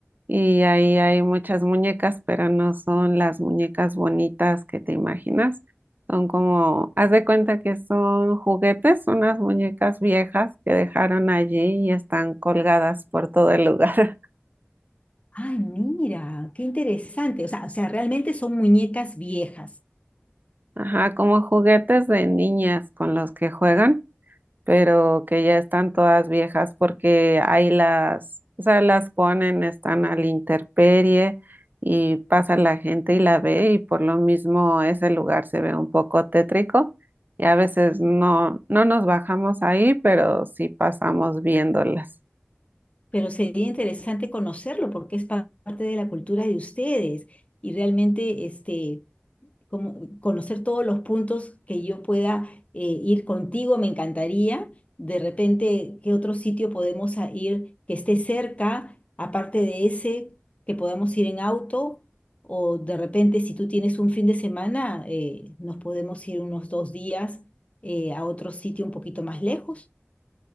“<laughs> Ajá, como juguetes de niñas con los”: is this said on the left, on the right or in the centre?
Right